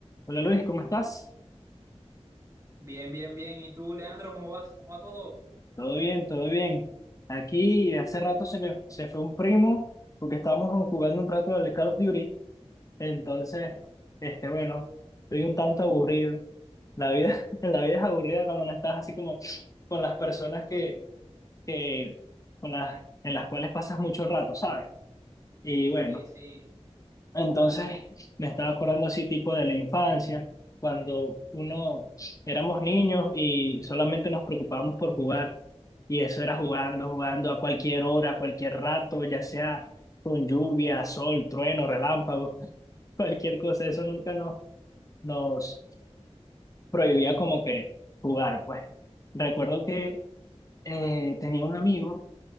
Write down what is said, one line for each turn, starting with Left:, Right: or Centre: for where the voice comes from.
Left: Hola Luis, ¿cómo estás?
Right: Bien, bien, bien. ¿Y tú, Leandro, cómo vas? ¿Cómo va todo?
Left: Todo bien, todo bien. Aquí hace rato se me se fue un primo porque estábamos jugando un rato del Call of Duty. Entonces, este, bueno, estoy un tanto aburrido. La vida, <laughs> la vida es aburrida cuando no estás así como con las personas que, que con las, en las cuales pasas mucho rato, ¿sabes? Y bueno,
Right: Sí, sí.
Left: Entonces, me estaba acordando así tipo de la infancia, cuando uno éramos niños y solamente nos preocupábamos por jugar. Y eso era jugando, jugando a cualquier hora, a cualquier rato, ya sea con lluvia, sol, trueno, relámpago, <laughs> cualquier cosa. Eso nunca nos, nos prohibía como que jugar, pues. Recuerdo que eh, tenía un amigo,